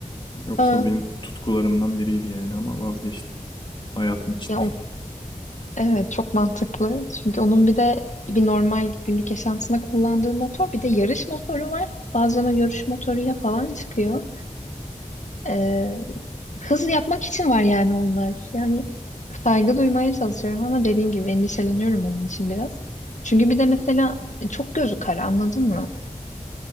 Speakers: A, on the left; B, on the left.
A: Yoksa
B: Aa,
A: benim tutkularımdan biriydi yani ama vazgeçtim. Hayatım için.
B: ya
A: <laughs>
B: o- evet çok mantıklı. Çünkü onun bir de bir normal günlük yaşantısında kullandığı motor bir de yarış motoru var. Bazen o yarış motoru ya falan çıkıyor. Ee, hız yapmak için var yani onlar. Yani saygı duymaya çalışıyorum ama dediğim gibi endişeleniyorum onun için biraz. Çünkü bir de mesela e, çok gözü kara anladın mı?